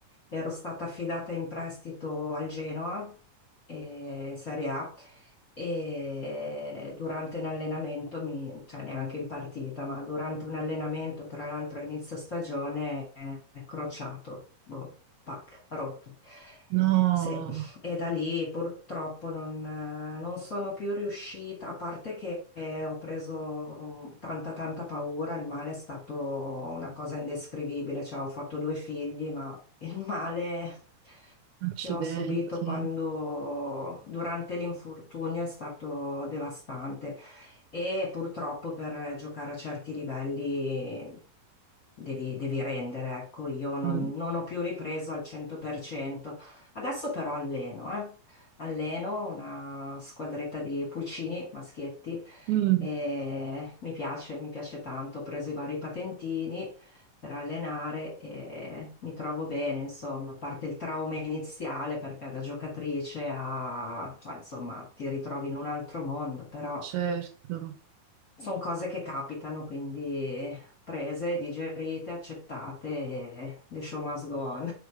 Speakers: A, on the left; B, on the right.
A: ero stata affidata in prestito al Genoa eh, in Serie A e durante un allenamento, mi- cioè neanche in partita, ma durante un allenamento, tra l'altro a inizio stagione, è crociato, boh, pac, rotto.
B: No,
A: Sì, e da lì purtroppo non, eh, non sono più riuscita, a parte che eh, ho preso mm, tanta tanta paura, il male è stato una cosa indescrivibile, cioè ho fatto due figli, ma il male
B: accidenti.
A: che ho subito quando durante l'infortunio è stato devastante e purtroppo per giocare a certi livelli devi, devi rendere, ecco, io non,
B: mm,
A: non ho più ripreso al 100%. Adesso però alleno, eh. Alleno una squadretta di pulcini, maschietti,
B: mm.
A: e mi piace, mi piace tanto, ho preso i vari patentini per allenare e mi trovo bene, insomma, a parte il trauma iniziale perché da giocatrice a, cioè, insomma, ti ritrovi in un altro mondo, però
B: Certo.
A: sono cose che capitano, quindi prese, digerite, accettate e the show must go on.